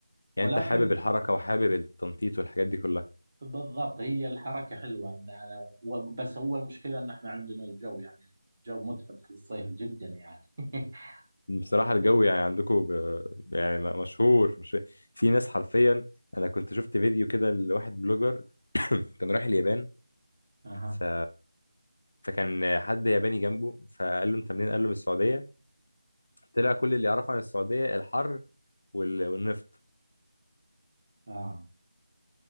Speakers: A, on the left; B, on the right.
A: يعني
B: ولكن
A: انت حابب الحركه وحابب التنطيط والحاجات دي كلها
B: بالضبط هي الحركه حلوه ان أنا و- بس هو المشكله ان احنا عندنا الجو يعني الجو متعب في الصيف جدا يعني <laughs>
A: بصراحه الجو يعني عندكم ب... يعني م- مشهور مش... في ناس حرفيا انا كنت شفت فيديو كده لواحد بلوجر <coughs> كان رايح اليابان
B: اها
A: ف... فكان حد ياباني جنبه فقال له انت منين قال له من السعوديه طلع كل اللي يعرفه عن السعوديه الحر وال... والنفط
B: اه